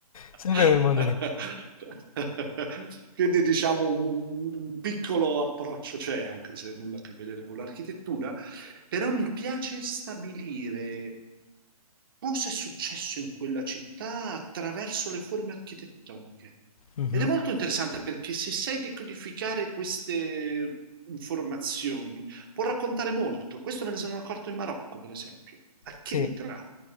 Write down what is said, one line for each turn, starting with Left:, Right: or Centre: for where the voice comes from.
Left: Sempre
Right: <laughs>
Left: quel mondo lì.
Right: Quindi diciamo un, un- un piccolo approccio c'è, anche se nulla a che vedere con l'architettura, però mi piace stabilire cosa è successo in quella città attraverso le forme architettoniche.
Left: Mhm.
Right: Ed è molto interessante perché se sai decodificare queste informazioni, può raccontare molto. Questo me ne sono accorto in Marocco, per esempio. A Kenitra
Left: Sì.